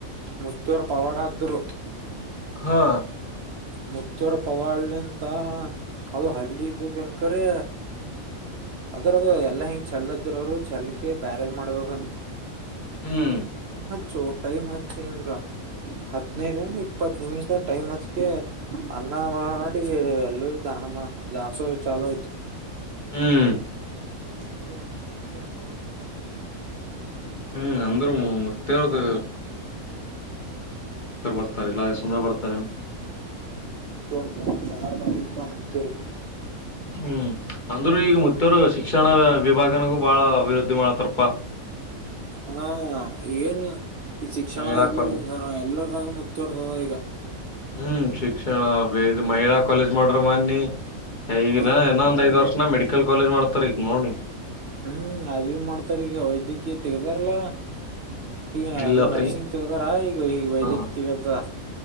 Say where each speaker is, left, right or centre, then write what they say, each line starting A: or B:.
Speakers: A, on the right; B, on the left.
A: ಮುತ್ತೇರ್ ಪವಾಡ್ ಹಾಕ್ದರು.
B: ಹಾ.
A: ಮುತ್ತೂರ ಪವಾಡದಿಂತ ಅದು ಹಲ್ಲಿಿದ್ದು ದ್ದೇನ ಖರೆ ಅದ್ರದ ಎಲ್ಲಾ ಹಿಂಗ ಚಲ್ಲದರ ಅವರು ಚೆಲ್ಕ ಬ್ಯಾರದ್ ಮಾಡ್ಬೇಕಂತ.
B: ಹ್ಮ್.
A: ಸೊ ಟೈಮ್ ಹಚ್ಚಿ ಹಿಂಗ ಹದ್ನೈದನ ಇಪ್ಪತ್ತು ನಿಮಿಷದ ಟೈಮ್ ಹಚ್ಕ. ಅನ್ನ ಮಾಡಿ ಎಲ್ಲರಿಗ ದಾನ ಮಾಡ ದಾಸೋಹ ಚಾಲೂ ಆಯ್ತು.
B: ಹ್ಮ್
A: ಹ್ಮ್ಮ್ಮ್ ಮುತ್ತೆರ ಪವಾಡ ಹಂಂತಪರಿ.
B: ಹ್ಮ್ ಅಂದ್ರ ಮತ್ತೇವ್ರ್ದ ರ್ ಬರ್ತಾರಲ್ಲ ಸುಮ್ಮನೆ ಬರ್ತಾರೆನ್.
A: ಹ ಬರಾಮಾರಿಪ ಮುತ್ತರು.
B: ಹ್ಮ್ ಅಂದರುೂ ಈಗ ಮುತ್ತರು ಶಿಕ್ಷಣ ವಿಭಾಗನಗೂ ಬಹಳ ಅಭಿವೃದ್ಧಿ. ಮಾಡತಾರಪಾ
A: ಹಾ ಏನು. ಈ ಶಿಕ್ಷಣದಾಗ
B: ಮಹಿಳಾ
A: ಭ
B: ಕಾಲೇಜ್
A: ಮುಂದರ ಎಲ್ಲ. ಮುಚ್ಚರ್ದದ ಈಗ.
B: ಹ್ಮ್ ಶಿಕ್ಷಣ ಬ ಮಹಿಳಾ ಕಾಲೇಜ್ ಮಾಡ್ರ ಮನ್ನಿ. ಈಗ
A: ಹಾ
B: ಇನ್ನೊ ಒಂದ ಐದ ವರ್ಷನ ಮೆ. ಮಡಲ್ ಕಾಲೇಜ್ ಮಾಡ್ತ ರೀ ನೋನಿ <unintelligible>
A: ಹ್ಮ್ ಅದವಿ ಮಾಡ್ತಾರ ಈಗ ವೈದ್ಯಕೀಯ ತೆಗದಾರಲ್ಲ ಈ ಅದು
B: ಇಲ್ಲ
A: ನರ್ಸಿಂಗ್
B: ಇಲ್
A: ತಗೋದಾರ ಈಗ ಈ ವೈದ್ಯಕೀ
B: ಹ
A: ತೆಗದ